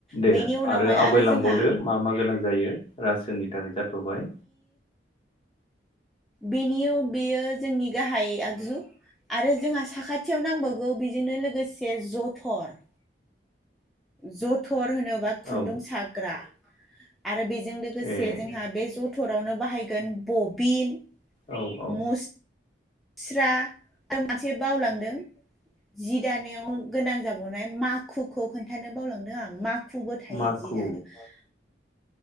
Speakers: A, on the left; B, in the centre.
A: दे
B: बेनि उनावहाय
A: आरो आवगायलांबावदो
B: जोंहा
A: मा मा गोनां जायो रासोनि थाखाय जाथ'बाय
B: बेनियिव बेयो जोंनि गाहाय आगजु आरो जोंहा साखाथियाव नांबावगौ बेजोंनो लोगोसे जथर जथर होनोबा खुन्दुं
A: औ
B: साग्रा आरो बेजों लोगोसे
A: ए
B: जोंहा बे ज टरावनो बाहायगोन बबिन
A: औ औ
B: मस मुस्रा आरो मोनसे बावलांदों जि दानायाव गोनां जाबावनाय माखुखौ खोन्थानो बावलांदों आं माखु खुबो थायो
A: माखु
B: जि दानोबा <inaudible>